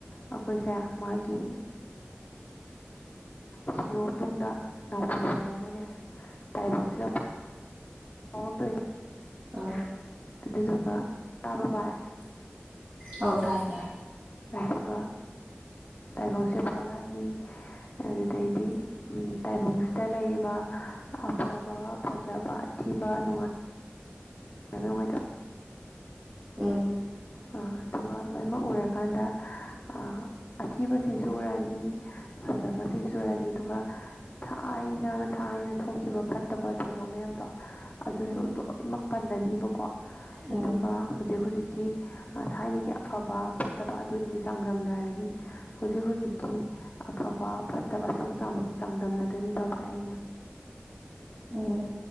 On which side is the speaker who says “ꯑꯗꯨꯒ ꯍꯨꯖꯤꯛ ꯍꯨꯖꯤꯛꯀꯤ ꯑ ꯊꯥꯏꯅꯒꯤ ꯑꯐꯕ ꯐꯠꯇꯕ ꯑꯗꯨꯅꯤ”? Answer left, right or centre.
Left